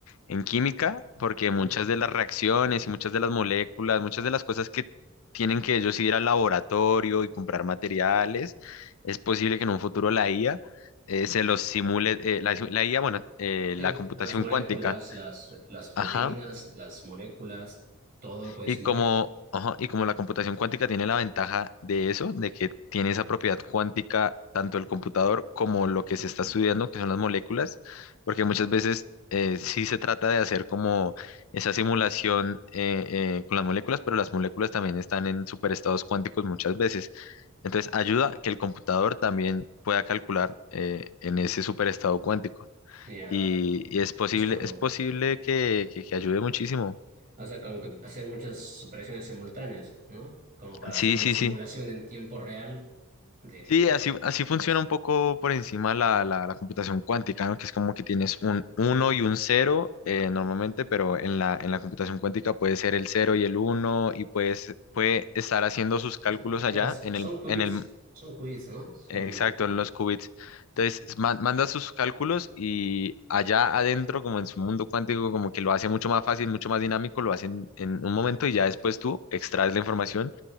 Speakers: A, on the left; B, on the right.
A: en química, porque
B: Ujú.
A: muchas de las reacciones y muchas de las moléculas, muchas de las cosas que tienen que ellos ir al laboratorio y comprar materiales, es posible que en un futuro la IA eh, se los simule, eh, la, la IA, bueno, eh,
B: Sí,
A: la computación
B: las moléculas,
A: cuántica.
B: las, las proteínas,
A: Ajá,
B: las moléculas, todo lo puede
A: Y
B: simular.
A: como, ajá, y como la computación cuántica tiene la ventaja de eso, de que tiene esa propiedad cuántica tanto el computador como lo que se está estudiando, que son las moléculas, porque muchas veces eh, sí se trata de hacer como esa simulación eh, eh, con las moléculas, pero las moléculas también están en superestados cuánticos muchas veces. Entonces ayuda a que el computador también pueda calcular eh, en ese superestado cuántico.
B: Ya,
A: Y, y es posible,
B: es como...
A: es posible que, que que ayude muchísimo.
B: O sea, como que hacer muchas operaciones simultáneas, ¿no? Como para
A: Sí,
B: hacer una
A: sí,
B: simulación
A: sí.
B: en tiempo real del...
A: Sí, así, así funciona
B: No, es-
A: un poco por encima la, la, la computación cuántica, ¿no? Que es como que tienes un uno y un 0 normalmente, pero en la, en la computación cuántica puede ser el cero y el uno y puedes, puede estar haciendo sus cálculos
B: es-
A: allá
B: claro,
A: en
B: son
A: el,
B: qubits,
A: en el
B: son qubits, ¿no? Son
A: Exacto,
B: como-
A: en los qubits. Entonces, ma- manda sus cálculos y allá adentro, como en su mundo cuántico, como que lo hace mucho más fácil, mucho más dinámico, lo hacen en un momento y ya después tú extraes la información